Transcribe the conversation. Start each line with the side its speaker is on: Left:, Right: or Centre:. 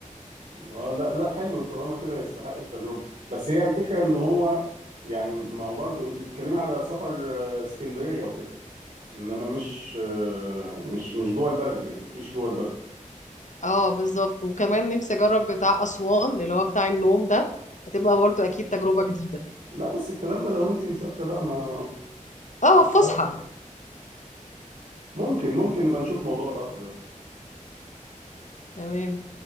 Right: <laughs> آه لا لا حلو طالما كده يستحق التجربة بس هي الفكرة ان هو يعني ما هو برضو انت بتتكلمي على سفر آه، اسكندرية وكده انما مش آه، مش مش جوه البلد يعني مفيش جوه البلد
Left: اه بالظبط وكمان نفسي اجرب بتاع اسوان اللي هو بتاع النوم ده هتبقى برضو اكيد تجربة جديدة
Right: لا بس الكلام ده لو انت مسافرة بقى ما
Left: اه
Right: مش
Left: فسحة
Right: عارف ممكن ممكن نبقى نشوف موضوع القطر ده
Left: تمام